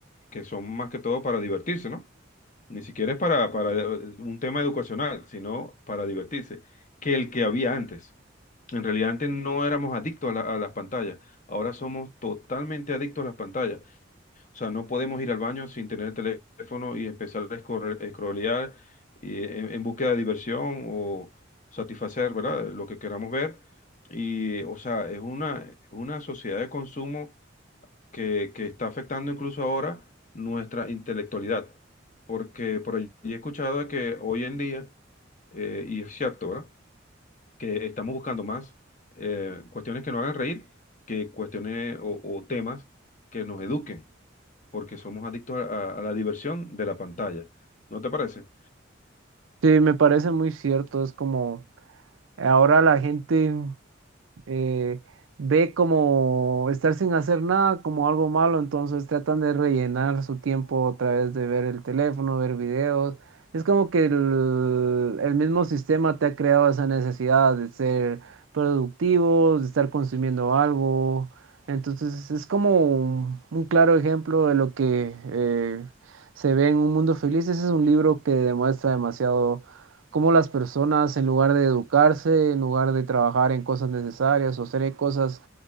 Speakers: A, on the left; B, on the right.
A: que son más que todo para divertirse, ¿no? Ni siquiera es para, para eh, un tema educacional, sino para divertirse, que el que había antes. En realidad antes no éramos adictos a la- a las pantallas, ahora somos totalmente adictos a las pantallas. O sea, no podemos ir al baño sin tener el teléfono y empezar a escorre- scrollear eh, en, en búsqueda de diversión o satisfacer, ¿verdad? Lo que queramos ver. Y, o sea, es una, es una sociedad de consumo que, que está afectando incluso ahora nuestra intelectualidad. Porque por allí he escuchado de que hoy en día, eh, y es cierto, ¿verdad? Que estamos buscando más eh, cuestiones que nos hagan reír que cuestiones o o temas que nos eduquen porque somos adictos a, a- a la diversión de la pantalla. ¿No te parece?
B: Sí, me parece muy cierto. Es como ahora la gente eh, ve como estar sin hacer nada como algo malo, entonces tratan de rellenar su tiempo a través de ver el teléfono, ver videos. Es como que el, el mismo sistema te ha creado esa necesidad de ser productivo, de estar consumiendo algo. Entonces es como un, un claro ejemplo de lo que eh, se ve en Un Mundo Feliz. Ese es un libro que demuestra demasiado cómo las personas, en lugar de educarse, en lugar de trabajar en cosas necesarias o hacer cosas